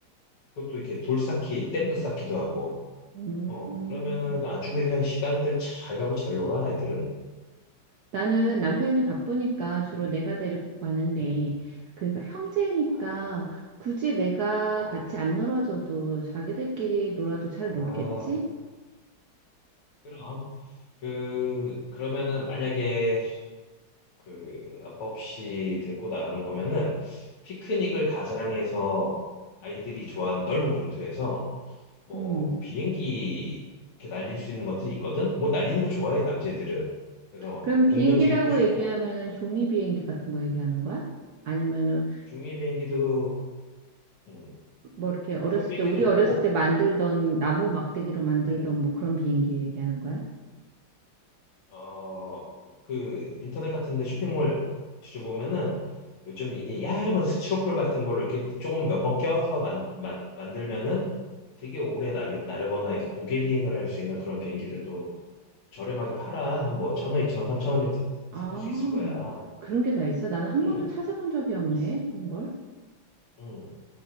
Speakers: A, on the left; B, on the right.
A: 그것도 이렇게 돌 쌓기, 댐도 쌓기도 하고
B: 음.
A: 어 그러면은 아주 그냥 시간들 잘 가고 잘 놀아 아이들은
B: 나는 남편이 바쁘니까 주로
A: 음,
B: 내가 데리고 가는데,
A: 음.
B: 그러니까 형제니까
A: 아,
B: 굳이 내가
A: 어,
B: 같이 안 놀아줘도 자기들끼리 놀아도 잘
A: 아,
B: 놀겠지?
A: 그럼 그 그러면은 만약에 그 아빠 없이 데리고 나가는 거면은 피크닉을 가장해서 아이들이 좋아하는 넓은 공터에서 뭐
B: 음.
A: 비행기 이렇게 날릴 수 있는 것들이 있거든. 뭐 날리는 거 좋아해 남자애들은. 그래서
B: 그럼
A: 뭐
B: 비행기라고
A: 공 던지기도 좋고
B: 얘기하면은 종이 비행기 같은 거 얘기하는 거야? 아니면은
A: 중이 비행기도 음,
B: 뭐 이렇게 어렸을
A: 중 비행기도
B: 때 우리
A: 좋고
B: 어렸을 때 만들던 나무 막대기로 만들던
A: 음,
B: 뭐 그런 비행기 얘기하는 거야?
A: 어, 그 인터넷 같은데 쇼핑몰 뒤져보면은 요즘 이게 얇은 스티로폴 같은 걸로 이렇게 조금 몇 번 껴서 만, 만, 만들면은 되게 오래 날, 나르거나 이렇게 고개 비행을 할 수 있는 그런 비행기들도 저렴하게 팔아. 한 뭐 천 원, 이천 원, 삼천 원이면
B: 아,
A: 살 수 있을 거야.
B: 그런 게 다 있어? 나는 한
A: 음.
B: 번도 찾아본 적이 없네.
A: 있-
B: 그런 걸.
A: 음.